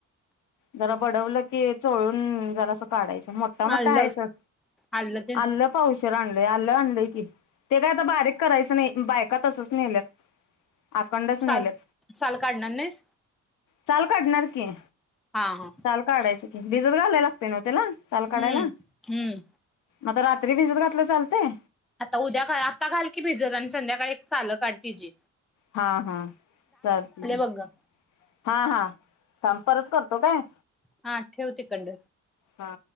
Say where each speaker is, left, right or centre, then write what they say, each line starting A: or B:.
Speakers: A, on the left (about 80°); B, in the centre.
A: जरा बडवलं की चोळून जरा अस काढायचं. मोठा मोठा
B: आलं
A: आहे सोड.
B: आलं ते
A: आल्लं पावश सगळ आणलंय आल्ल आणलय की, ते काय आता बारिक करायचं नाही बायकात तसच नेल्यात. आखंडच नेल्यात
B: साल, साल काढणार नाहीस?
A: साल काढणार की.
B: हा हा
A: साल काढायचंय. भिजत घालायला लागतय न्हव त्याला? साल
B: हम्म
A: काढायला
B: हम्म
A: आता रात्री भिजत घातलं तर चालतय?
B: आता उद्या काय आता घाल की भिजत आणि संध्याकाळी साल काढ तिजी
A: हा, हा चालतय की
B: बघ गं
A: हा, हा थांब परत करतो काय
B: हा ठेव तिकडनं
A: हा